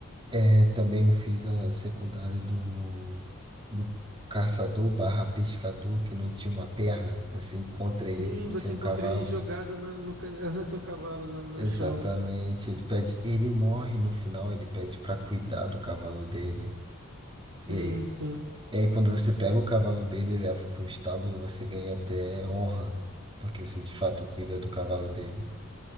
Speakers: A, on the right; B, on the right.
A: É, também eu fiz a secundária do, do caçador barra pescador que não tinha uma perna. Você encontra
B: Sim,
A: ele
B: você
A: sem um
B: encontra
A: cavalo.
B: ele jogado na, no, ca- <laughs> aham, um cavalo na- no
A: Exatamente.
B: chão.
A: Ele pede, ele morre no final, ele pede pra cuidar do cavalo dele.
B: Sim,
A: E aí,
B: sim.
A: e aí quando você pega o cavalo dele e leva para um estábulo, você ganha até honra, porque você de fato cuida do cavalo dele.